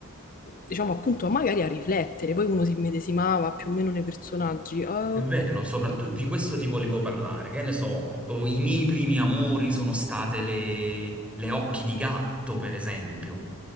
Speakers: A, on the left; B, in the centre.
A: diciamo appunto, a magari a riflettere, poi uno si immedesimava più o meno nei personaggi. Oh,
B: È vero, soprattutto di questo ti volevo parlare. Che ne so, oh, i miei primi amori sono state le, le occhi di gatto, per esempio.